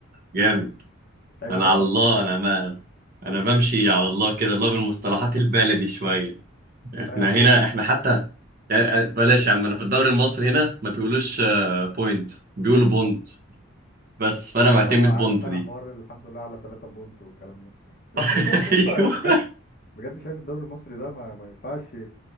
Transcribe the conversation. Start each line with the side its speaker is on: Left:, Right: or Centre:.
Right: جامد
Left: عيب
Right: انا
Left: بقى
Right: على الله انا ما انا بمشي على الله كده الله بالمصطلحات البلدي شوية احنا
Left: لا يا عم
Right: هنا احنا حتى يعني آه، بلاش يا عم انا في الدوري المصري هنا ما بيقولوش آه، بوينت بيقولوا بونت بس فانا
Left: اه
Right: معتمد
Left: عارف
Right: بونت
Left: انا
Right: دي
Left: حوار الحمد لله على 3 بونت والكلام ده بس
Right: <laughs>
Left: انا شايف لسه
Right: ايوه
Left: بجد بجد شايف الدوري المصري ده ما, ما ينفعش